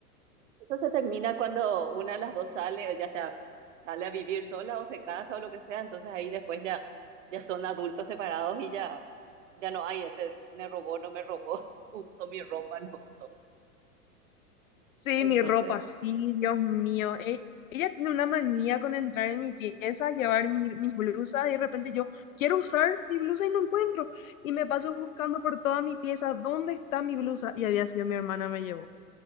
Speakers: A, on the right; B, on the left.
A: Eso se termina cuando una de las dos sale, ya sea, sale a vivir sola o se casa o lo que sea, entonces ahí después ya, ya son adultos separados y ya, ya no hay ese, me robó, no me robó, <laughs> usó mi ropa, no usó.
B: Sí,
A: Entonces.
B: mi ropa, sí, Dios mío. E- ella tiene una manía con entrar en mi pieza, llevar mi- mis blusas y de repente yo quiero usar mi blusa y no encuentro. Y me paso buscando por toda mi pieza, ¿dónde está mi blusa? Y había sido mi hermana, me llevó.